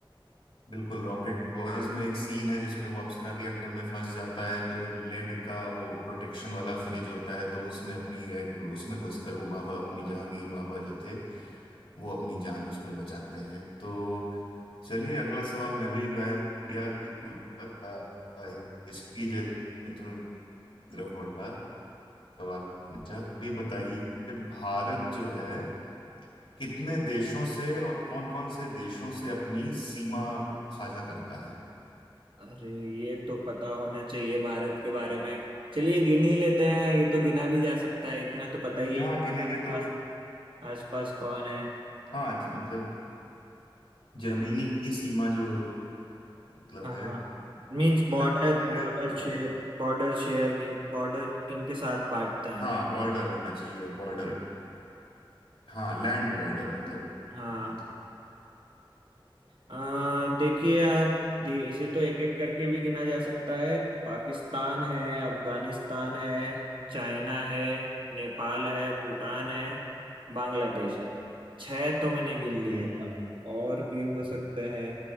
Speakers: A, on the left; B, on the right.
A: बिल्कुल रॉकेट बॉयज में एक सीन है जिसमें वो अप्सरा रिएक्टर में फंस जाता है तो एक लेड का वो प्रोटेक्शन वाला फ्रिज होता है तो उसमें अपनी उसमें घुसकर वो बाबा होमी जहांगीर बाबा जो थे वो अपनी जान उसमें बचाते हैं तो चलिए अगला सवाल मैं भी मैं इंडिया की पूछ रहा था इसकी जगह थोड़ा तरफ बढ़ रहा सवाल पूछा अभी बताइए भारत जो है कितने देशों से और कौन-कौन से देशों से अपनी सीमा साझा करता है
B: अरे ये तो पता होना चाहिए भारत के बारे में चलिए गिन ही लेते हैं ये तो गिना भी जा सकता है इतना तो पता
A: जहाँ
B: ही है कि
A: गिनेंगे
B: आसपास
A: तो
B: आसपास कौन है
A: हाँ ज- मतलब जमीनी सीमा जो मतलब
B: हाँ
A: है
B: means
A: ना
B: border
A: गिनेंगे,
B: border share border share किन बॉर्डर किन के साथ बांटते हैं
A: हाँ
B: भाई
A: बॉर्डर होना चाहिए बॉर्डर हाँ लैंड बॉर्डर मतलब
B: हाँ
A: मतलब
B: आ, देखिए आ, दे- इसे तो एक एक करके भी गिना जा सकता है पाकिस्तान है अफगानिस्तान है चाइना है नेपाल है भूटान है बांग्लादेश है छह तो मैंने गिन लिए
A: हम्म
B: अब
A: हम्म
B: और भी हो
A: हम्म,
B: सकते हैं